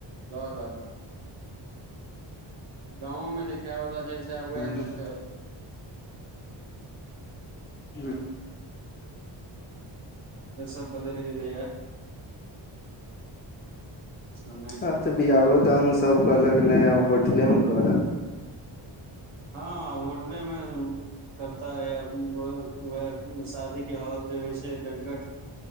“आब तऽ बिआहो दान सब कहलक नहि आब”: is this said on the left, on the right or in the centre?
Left